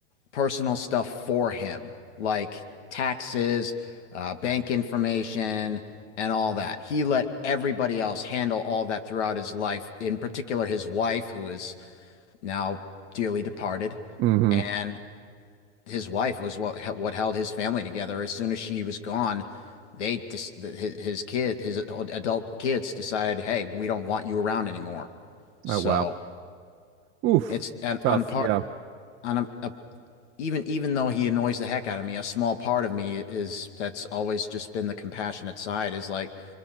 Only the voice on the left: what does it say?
personal stuff for him, like taxes, uh, bank information, and all that. He let everybody else handle all that throughout his life, in particular his wife, who is now dearly departed,
and his wife was what what held his family together. As soon as she was gone, they dis his his kid his adult kids decided, hey, we don't want you around anymore. So
it's an
on part
on a, a even even though he annoys the heck out of me, a small part of me is that's always just been the compassionate side is like,